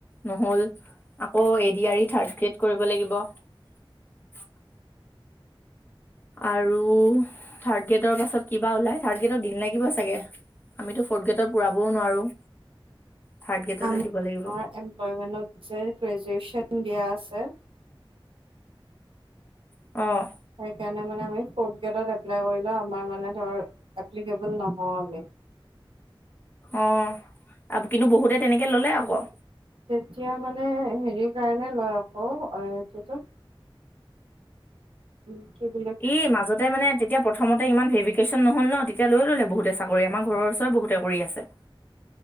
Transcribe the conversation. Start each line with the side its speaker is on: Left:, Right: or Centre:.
Left: নহ'ল আকৌ এডিৰি থাৰ্ড ক্ৰিয়েড কৰিব। <unintelligible> আৰু থাৰ্ড গ্ৰেডৰ পাছত কিবা ওলাই থাৰ্ড গ্ৰেডৰ দিন লাগিব চাগে। আমিতো ফৰ্থ গেটত পুৰাবও নোৱাৰো। থাৰ্ড গ্ৰেডতে
Right: আমাৰ
Left: দিব লাগিব
Right: এমপ্লয়মেন্টত যে গ্ৰেজুৱেশ্যন দিয়া আছে।
Left: অ',
Right: সেই কাৰণে মানে আমি ফৰড গ্ৰেদত এপ্লাই কৰিলে আমাৰ মনে ধৰ অপ্লিকেবুল নহয় আমি।
Left: অ' আৰু কিন্তু বহুতে তেনেকে ললে আকৌ।
Right: তেতিয়া মানে হেৰি কাৰণে লয় আকৌ এইটো <inaudible> উম। কি বুলি
Left: ই মাজতে মানে তেতিয়া প্ৰথমতে ইমান ভেৰিকেশচন নহ'ল ন তেতিয়া লৈ ল'লে বহুতে চাকৰি আমাৰ ঘৰৰ ওচৰত বহুতে কৰি আছে। <inaudible>